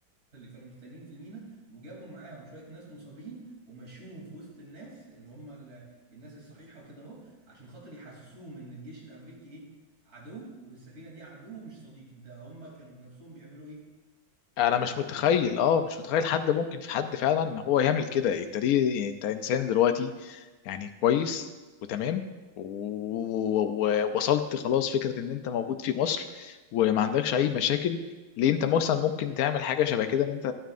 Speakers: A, on the right; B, on the left.
A: اللي كانوا مستنيين في المينا وجابوا معاهم شويه ناس مصابين ومشوهم في وسط الناس اللي هم ال- الناس الصحيحه وكده اهو عشان خاطر يحسسوهم ان الجيش الامريكي ايه عدو والسفينه دي عدو مش صديق ده هم كانوا بنفسهم بيعملوا ايه بيحاولوا
B: انا مش متخيل اه مش متخيل حد ممكن في حد فعلا ان هو يعمل كده يعني انت ليه يعني انت انسان دلوقتي يعني كويس وتمام ووصلت خلاص فكرة ان انت موجود في مصر وما عندكش اي مشاكل ليه انت مثلا ممكن تعمل حاجة شبه كده ان انت